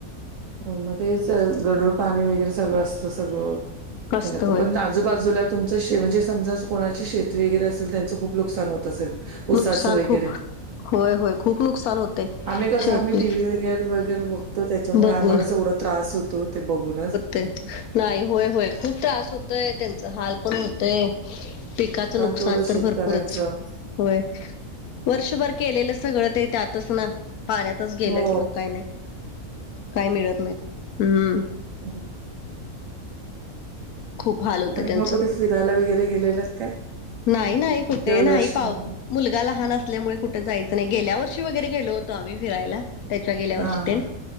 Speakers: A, on the right; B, on the left.
A: हो मग तेच गडूळ पाणी वगैरे सगळं असतं सगळं.
B: असत
A: <unintelligible>
B: होय
A: पण आजूबाजूला तुमच <unintelligible> समजा कोणाची शेती वगैरे असेल त्यां च खूप नुकसान होत असेल,
B: नुकसान
A: उसाचं वगैरे.
B: खूप होय होय खूप नुकसान होते
A: आम्ही कस
B: शेती
A: आम्ही टीव्ही वगैरे वगैरे बघतो त्याच्या मुळे
B: बघून
A: आम्हालाच एवढ त्रास होतो ते बघूनच.
B: ते नाही होय होय खूप त्रास होतय त्यांचा हाल पण होतय. पिकाचं नुकसान
A: तेवढं शेतकऱ्यांचं
B: तर भरपूरच, होय. वर्षभर केलेलं सगळ ते त्यातच ना पाण्यात च गेलं
A: हो
B: की मग काय नाही काय मिळत नाही, हम्.
A: हम.
B: खूप हाल होते
A: आणि
B: त्यांच
A: मग कुठे फिरायला वगैरे गेलेलंत काय?
B: नाही नाही कुठे
A: देवदर्शन
B: नाही पाव
A: वगैरे
B: मुलगा लहान असल्यामुळे कुठं जायचं नाही गेल्या वर्षी वगैरे गेलो होतो आम्ही फिरायला. त्याच्या गेल्या वर्षी
A: हा हा
B: तेन,